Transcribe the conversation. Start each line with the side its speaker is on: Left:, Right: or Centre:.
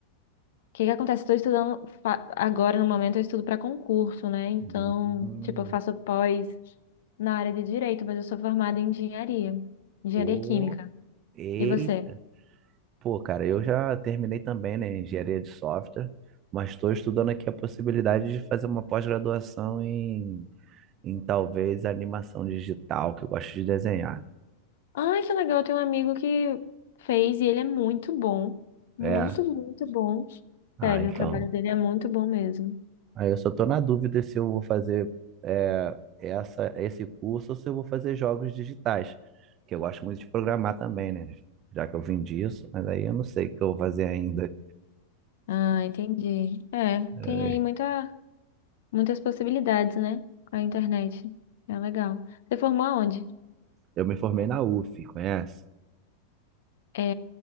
Left: que que acontece? Estou estudando fa- agora, no momento, eu estudo para concurso, né? Então,
Right: Hum,
Left: tipo, eu faço pós na área de direito, mas eu sou formada em engenharia, engenharia
Right: pô,
Left: química.
Right: eita.
Left: E você?
Right: Pô, cara, eu já terminei também, né, engenharia de software, mas estou estudando aqui a possibilidade de fazer uma pós-graduação em, em talvez animação digital, que eu gosto de desenhar.
Left: Ai, que legal, eu tenho um amigo que fez e ele é muito bom. Muito,
Right: É,
Left: muito bom.
Right: ah,
Left: Sério,
Right: então.
Left: o trabalho dele é muito bom mesmo.
Right: Aí eu só tô na dúvida se eu vou fazer. essa, esse curso ou se eu vou fazer jogos digitais, que eu gosto muito de programar também, né? Já que eu vim disso, mas aí eu não sei o que eu vou fazer ainda.
Left: Ah, entendi. É,
Right: É,
Left: tem aí muita, muitas possibilidades, né? Com a internet. É legal. Você formou aonde?
Right: Eu me formei na UF, conhece?
Left: É